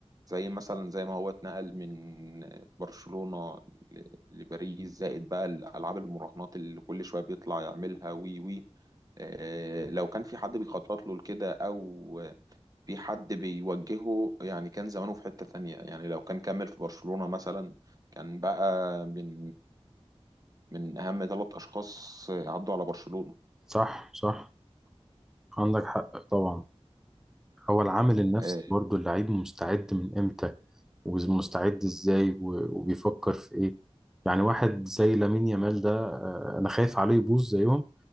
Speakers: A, on the right; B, in the centre.
A: زي مثلا زي ما هو اتنقل من برشلونة ل- لباريس زائد بقى الالعاب المراهنات اللي كل شوية بيطلع يعملها وي وي آه، لو كان في حد بيخطط له لكده او في حد بيوجهه يعني كان زمانه في حتة تانية يعني لو كان كمل في برشلونة مثلا كان بقى من من اهم ثلاث اشخاص عدوا على برشلونة
B: صح صح عندك حق طبعا هو العامل النفسي
A: آه،
B: برضه اللعيب مستعد من إمتى ومستعد إزاي و- وبيفكر في إيه يعني واحد زي لامين يامال ده آه، أنا خايف عليه يبوظ زيهم